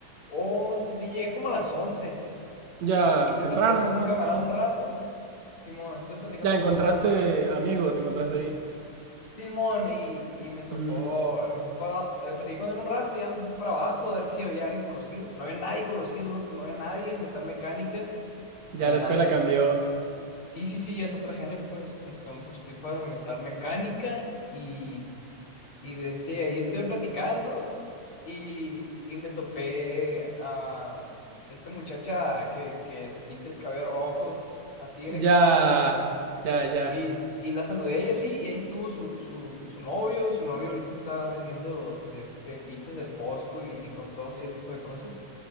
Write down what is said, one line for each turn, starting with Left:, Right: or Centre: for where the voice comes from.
Left: once Sí, llegué como a las once
Right: Ya,
Left: Y estoy
Right: temprano,
Left: platicando con
Right: más
Left: un camarada
Right: o menos.
Left: un rato. Simón, estoy platicando
Right: Ya
Left: con
Right: encontraste
Left: un camarada un rato.
Right: amigos, encontraste ahí.
Left: Simón, y, y me tocó,
Right: Ujú.
Left: me fui para, platiqué con él un rato, ya me fui para abajo a ver si había alguien conocido. No había nadie conocido, loco, no había nadie en metal mecánica,
Right: Ya
Left: no había
Right: la escuela
Left: nadie.
Right: cambió.
Left: Sí, sí, sí, ya es otra gene, pues. Entonces fui para metal mecánica y, y de este, ahí estuve platicando y, y me topé a esta muchacha que, que se pinta el cabello rojo, así bien exótica.
Right: Ya, ya, ya.
Left: Y, y la saludé y así, y ahí estuvo su, su, su novio, su novio ahorita está vendiendo de este, pizzas del Costco y, y hot dogs y ese tipo de cosas.